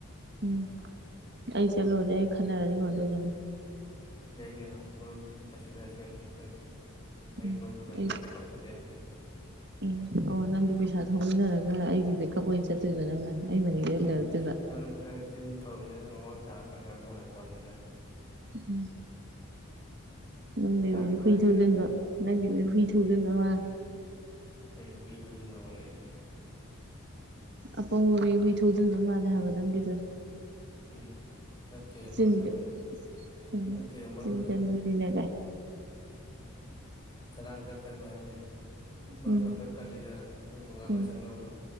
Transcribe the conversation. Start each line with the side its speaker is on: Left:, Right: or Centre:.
Right: ꯎꯝ ꯑꯩ ꯆꯠꯂꯨꯔꯗꯤ ꯑꯩ ꯈꯟꯅꯔꯗꯤ ꯀꯃꯥꯏ ꯑꯗꯨꯗꯨꯅ
Left: ꯌꯥꯏ ꯀꯩꯅꯣ ꯃꯔꯨꯞꯀ ꯍꯦꯛꯇ ꯄꯥꯏꯊꯠꯅꯔꯁꯨ ꯀꯩꯝ ꯀꯥꯏꯗꯦ ꯑꯩ
Right: ꯎꯝ
Left: ꯃꯔꯨꯞ ꯀꯤ ꯃꯅꯤꯡꯗ
Right: ꯑꯩ
Left: ꯕꯦꯛꯀꯞꯇ ꯂꯩꯔꯛꯀꯦ
Right: ꯎꯝ ꯑꯣ ꯅꯪꯒꯤ ꯄꯩꯁꯥ ꯊꯧꯕꯃꯤꯟꯅꯔꯒ ꯑꯩꯒꯤ ꯕꯦꯛꯀꯞ ꯑꯣꯏꯅ ꯆꯠꯇꯣꯏꯕ ꯅꯪꯅ ꯑꯩ ꯃꯅꯤꯡꯗ
Left: ꯎꯝ
Right: ꯑꯣꯏꯅ ꯂꯩꯔꯛꯇꯣꯏꯕ
Left: ꯎꯝ ꯅꯪ ꯅ ꯈꯔꯒ ꯆꯤꯟ ꯐꯕꯅꯦ ꯃꯃꯥꯡ ꯊꯔ ꯈꯔ ꯉꯥꯡꯅꯧ ꯍꯥꯏꯌꯣ ꯋꯥꯅꯤꯗ
Right: ꯎꯝ ꯅꯪꯒꯤꯗꯨꯗꯤ
Left: ꯌꯥꯗ꯭ꯔꯣ
Right: ꯍꯨꯏ
Left: ꯍꯥꯏꯁꯦ
Right: ꯊꯧꯖꯤꯟꯕ ꯅꯪꯒꯤꯗꯨꯗꯤ ꯍꯨꯏ ꯊꯧꯖꯤꯟꯕ ꯃꯥꯜꯂꯦ
Left: ꯀꯩꯅꯣ ꯍꯨꯏ ꯊꯧꯖꯟꯕ ꯃꯥꯂꯦꯗꯤ
Right: ꯑꯄꯪꯕ ꯍꯨꯏ ꯍꯨꯏ ꯊꯧꯖꯤꯟꯕ ꯃꯥꯜꯂꯦ ꯍꯥꯏꯕ ꯅꯪꯒꯤꯗꯨꯗꯤ
Left: ꯎꯝ ꯅꯠꯇꯦ
Right: ꯆꯤꯟꯒ
Left: ꯃꯔꯔ ꯄꯁꯨꯝ
Right: ꯎꯝ
Left: ꯅꯠꯇꯦꯗꯤ ꯃꯔꯔꯕꯁꯨꯝ
Right: ꯆꯤꯟ ꯀꯟꯕꯅꯤꯅ ꯒꯥꯏ
Left: ꯈꯔꯥꯡ ꯈꯔ ꯀꯟꯕ ꯍꯥꯏꯕꯅꯤ ꯃꯔꯨꯞꯅ
Right: ꯎꯝ
Left: ꯈꯔ ꯀꯜꯂꯤꯗꯅ ꯑꯗꯨꯕ ꯉꯥꯛꯅ
Right: ꯎꯝ
Left: ꯆꯠꯅꯕꯗꯣ